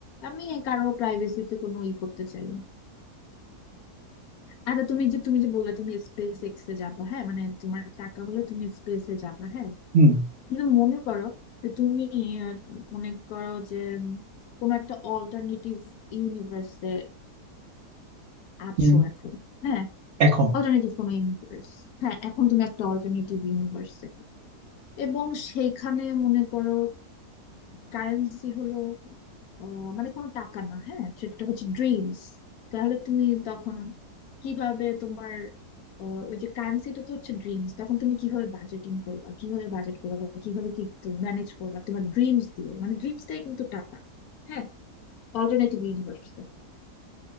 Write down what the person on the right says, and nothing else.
হুম
হুম
এখন